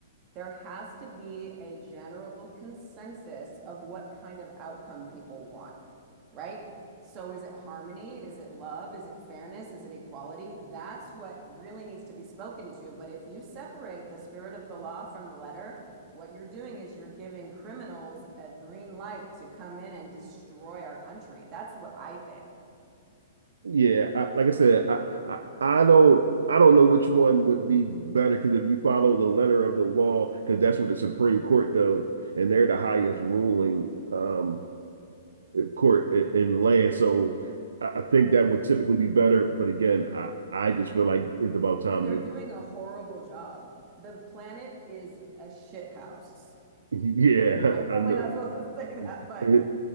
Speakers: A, on the right; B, on the right.
A: there has to be a general consensus of what kind of outcome people want, right? So is it harmony? Is it love? Is it fairness? Is it equality? That's what really needs to be spoken to. But if you separate the spirit of the law from the letter, what you're doing is you're giving criminals a green light to come in and destroy our country. That's what I think.
B: Yeah, I, like I said, I, I I don't I don't know which one would be better because if you follow the letter of the law, because that's what the Supreme Court does, and they're the highest ruling um court in, in land, so I, I think that would typically be better. But again, I I just feel like it's about time
A: But they're
B: to
A: doing a horrible job. The planet is a shit house.
B: <laughs> yeah
A: I'm
B: I
A: probably
B: know
A: not supposed to <laughs> say that, but
B: <laughs>